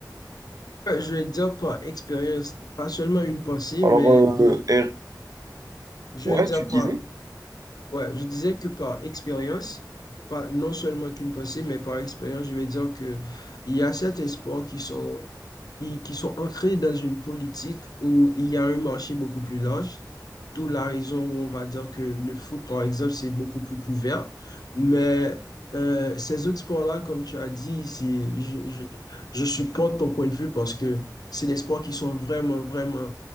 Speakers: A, on the left; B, on the right.
A: Je vais dire par expérience, pas seulement une pensée,
B: Alors,
A: mais il-
B: euh, et-
A: je
B: ouais,
A: vais dire
B: tu
A: par
B: disais?
A: Ouais, je disais que par expérience, pas non seulement qu'une pensée, mais par expérience, je vais dire que il y a certains sports qui sont, qui, qui sont ancrés dans une politique où il y a un marché beaucoup plus large. D'où la raison où on va dire que le foot, par exemple, c'est beaucoup plus couvert. Mais euh, ces autres sports-là, comme tu as dit, c'est, je, je, je supporte ton point de vue parce que c'est des sports qui sont vraiment, vraiment